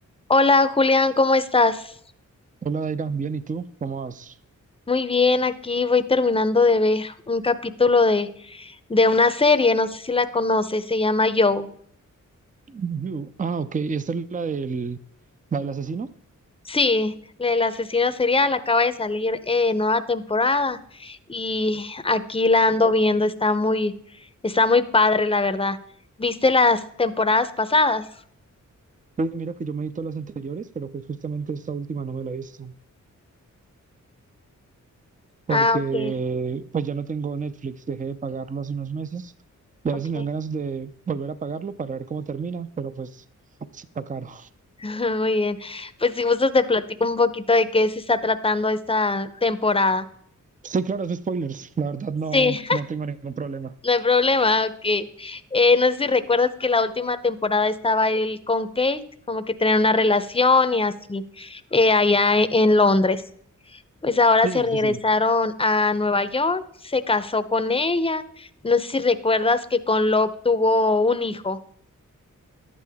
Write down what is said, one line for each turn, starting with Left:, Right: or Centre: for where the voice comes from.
Left: Hola Julián, ¿cómo estás?
Right: Hola, Daira, bien, ¿y tú? ¿Cómo vas?
Left: Muy bien, aquí voy terminando de ver un capítulo de, de una serie, no sé si la conoces, se llama Joe.
Right: You. Ah, ok, esta es la del, la del asesino.
Left: Sí, el asesino serial acaba de salir eh, nueva temporada y aquí la ando viendo, está muy, está muy padre, la verdad. ¿Viste las temporadas pasadas?
Right: Pues mira que yo me vi todas las anteriores, pero pues justamente esta última no me la he visto, porque
Left: Ah, ok,
Right: pues ya no tengo Netflix, dejé de pagarlo hace unos meses y a
Left: ok,
Right: veces me dan ganas de volver a pagarlo para ver cómo termina, pero pues está caro.
Left: <laughs> muy bien. Pues si gustas te platico un poquito de qué se está tratando esta temporada.
Right: Sí, claro, es de spoilers, la verdad no,
Left: Sí.
Right: no tengo ningún problema.
Left: No hay problema, ok. Eh, no sé si recuerdas que la última temporada estaba él con Kate, como que tener una relación y así, eh, allá e- en Londres. Pues ahora
Right: Sí,
Left: se regresaron
Right: sí, sí,
Left: a Nueva York, se casó con ella. No sé si recuerdas que con Love tuvo un hijo.